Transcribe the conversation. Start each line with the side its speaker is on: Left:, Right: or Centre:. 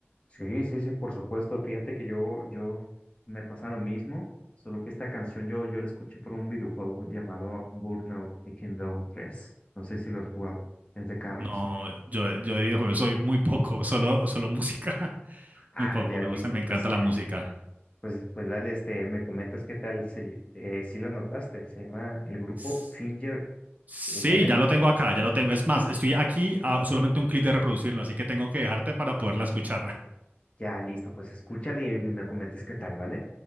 Left: Sí, sí, sí, por supuesto. Fíjate que yo, yo Me pasa lo mismo, solo que esta canción yo, yo la escuché por un videojuego llamado Burnout Takedown 3. No sé si lo has jugado, es de carros.
Right: No, yo, yo de videojuegos soy muy poco, solo, solo música. <laughs>
Left: Ah,
Right: Muy poco,
Left: ya,
Right: me
Left: listo,
Right: gusta, me encanta
Left: pues,
Right: la música.
Left: pues, pues dale, este, me comentas qué tal, si, eh, si lo notaste, se llama el grupo
Right: S-
Left: Finger
Right: Sí,
Left: Eleven.
Right: ya lo tengo acá, ya lo tengo. Es más, estoy aquí a solamente un clic de reproducirlo, así que tengo que dejarte para poderla escuchar. <laughs>
Left: Ya, listo, pues escúchale y, y me comentas qué tal, ¿vale?